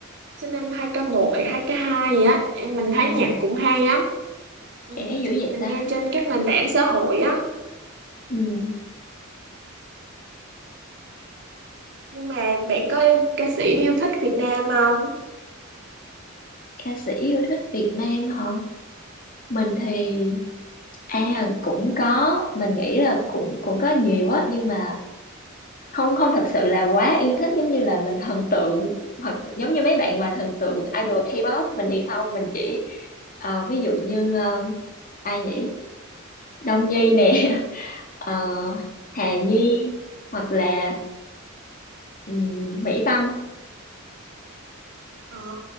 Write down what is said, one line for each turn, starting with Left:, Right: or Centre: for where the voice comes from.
Right: sinh năm hai k một hay hai k hai gì á, em mình thấy
Left: à,
Right: nhạc cũng hay lắm. Ừ.
Left: trẻ dữ vậy
Right: Mình
Left: ta
Right: nghe trên các nền tảng xã hội á,
Left: Ừm,
Right: nhưng mà bạn có yêu, ca sĩ yêu thích Việt Nam không?
Left: ca sĩ yêu thích Việt Nam hả mình thì À cũng có, mình nghĩ là cũng cũng có nhiều á nhưng mà không không thật sự là quá yêu thích giống như là mình thần tượng hoặc giống như mấy bạn mà thần tượng idol K-pop mình thì không, mình chỉ ờ, ví dụ như ờ, ai nhỉ? Đông Nhi nè, <laughs> ờ, Hà Nhi hoặc là ừm, Mỹ Tâm,
Right: Ồ,